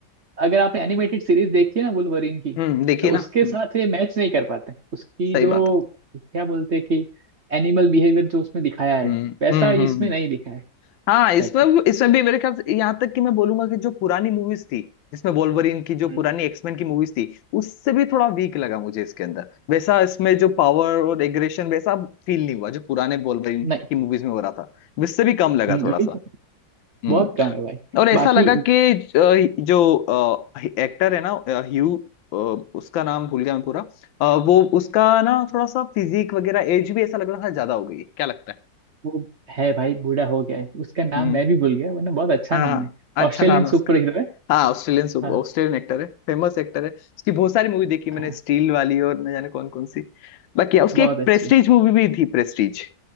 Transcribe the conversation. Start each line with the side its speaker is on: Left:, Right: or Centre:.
Right: अगर आपने एनिमेटेड सीरीज देखी है ना वुल्वरिन की
Left: हम्म देखिए
Right: तो
Left: ना
Right: उसके
Left: हम्म,
Right: साथ ये मैच नहीं कर पाते उसकी
Left: सही
Right: जो
Left: बात है
Right: क्या बोलते हैं कि एनिमल बिहेवियर जो उसमें दिखाया है
Left: हम्म
Right: वैसा
Left: हम्म
Right: इसमें
Left: हम्म हम्म।
Right: नहीं दिखा है
Left: हाँ
Right: इस
Left: इसमें
Right: टाइप का
Left: इसमें भी मेरे ख्याल से यहाँ तक कि मैं बोलूंगा कि जो पुरानी मूवीज थी जिसमें वोल्वरिन की जो
Right: हम्म।
Left: पुरानी एक्समैन की मूवीज थी उससे भी थोड़ा वीक लगा मुझे इसके अंदर वैसा इसमें जो पावर और एग्रेशन वैसा फील नहीं हुआ जो पुराने वोल्वरिन
Right: नहीं
Left: की मूवीज में हो रहा था उससे भी कम लगा
Right: हम्म,
Left: थोड़ा
Right: वही
Left: सा
Right: तो
Left: हम्म
Right: बहुत कम है भाई
Left: और ऐसा
Right: बाकी
Left: लगा कि अ, जो एक्टर है ना अ, ह्यू अ, उसका नाम भूल गया मैं पूरा अ, वो उसका ना थोड़ा सा फिजिक वगैरह एज भी ऐसा लग रहा था ज्यादा हो गई है। क्या लगता है
Right: वो है भाई बूढ़ा हो गया है उसका नाम
Left: हम्म
Right: मैं भी भूल गया वरना बहुत अच्छा
Left: हाँ
Right: नाम है
Left: अच्छा
Right: ऑस्ट्रेलियन
Left: नाम है उसका
Right: सुपर हीरो है
Left: हाँ ऑस्ट्रेलियन
Right: हाँ
Left: ऑस्ट्रेलियन एक्टर है फेमस एक्टर है उसकी बहुत सारी मूवी देखी मैंने
Right: हाँ
Left: स्टील वाली और न जाने कौन कौन सी बाकी उसकी
Right: बहुत
Left: एक
Right: अच्छी
Left: प्रेस्टीज मूवी भी थी प्रेस्टीज